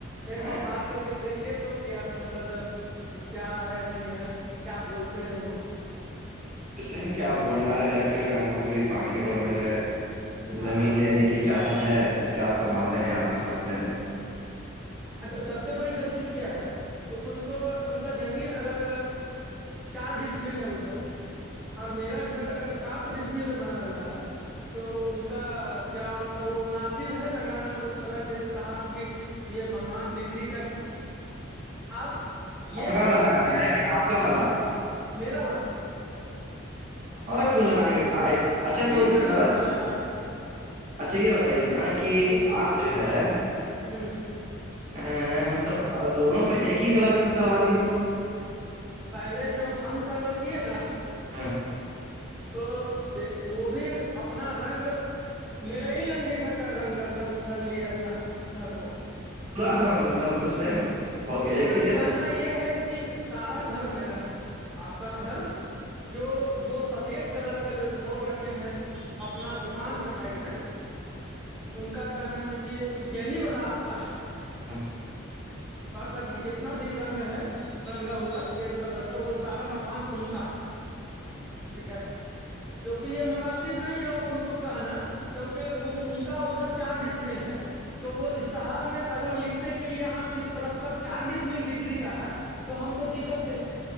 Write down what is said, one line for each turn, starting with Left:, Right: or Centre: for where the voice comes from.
Centre: ایک بار
Right: ا
Centre: بات کر کے دیکھیے تو کیا مطلب کیا ہے نہیں ہے کیا بولتے ہیں وہ
Right: جسے کہ آپ بورڈ لگا کے رکھے ہوئے ہم کو بھی باقی روڈ میں جو ہے
Centre: ہاں
Right: زمین لینے کی چاہت ہے تو کیا فرماتے
Centre: ہاں
Right: ہیں آپ اس مسئلے میں
Centre: اچھا سب سے بڑی غلطی کیا ہے کہ ان کو ان کا زمین اگر چار ڈسمل ہے ادھر اور میرا گھر اگر سات ڈشمل میں بنا ہوا ہے تو ان کا کیا مطلب وہ مناسب ہے لگانا اس طرح کے اشتہار کی یہ مکان بکری کا ہے آپ یہ
Right: اپنا
Centre: لگا
Right: والا
Centre: سکتے
Right: لگایا ہے
Centre: ہیں کہ
Right: آپ کا ملا
Centre: میریرا والا
Right: الگ کیوں لگائیں گے بھائی اچھا
Centre: تیر
Right: وہ
Centre: کا
Right: کلر
Centre: نشان لگا کے
Right: اچھا یہ بتائیے نا کہ آپ جو ہے
Centre: ہوں
Right: ا مطلب اور دونوں کو ایک ہی کلر کیوں کروا لیے
Centre: پہلے جو ہم کلر کیے نا
Right: ہاں
Centre: تو د وہ بھی اپنا رنگ میرا ہی رنگی سا رنگ کر رنگ لیا اپنا گھر کو
Right: پورا دم د مطلب سیم
Centre: ان
Right: ہو گیا ایک
Centre: کا
Right: ہی جیسا
Centre: کہنا یہ ہے کہ سارا گھر میرا آپ کا گھر جو وہ سفید کلر کا جو چھوڑ رکھے ہیں اپنا دکان کے سائڈ میں
Right: ہاں
Centre: ان کا کہنا ہے کہ یہی والا آپ کا ہے
Right: ہ
Centre: بات باقی جتنا بھی رنگ ہے رنگا ہوا ایک کلر کا وہ سارا مکان ان کا ہے ٹھیک ہے جوکہ یہ مناسب نہیں ہے ان کو کہنا کیونکہ ان کا ادھر چار ڈسمل ہے تو وہ اشتہار میں اگر لکھتے کہ یہاں اس طرف کا چار ڈس مل بکری کا ہے تو ہم کو دقت نہیں تھا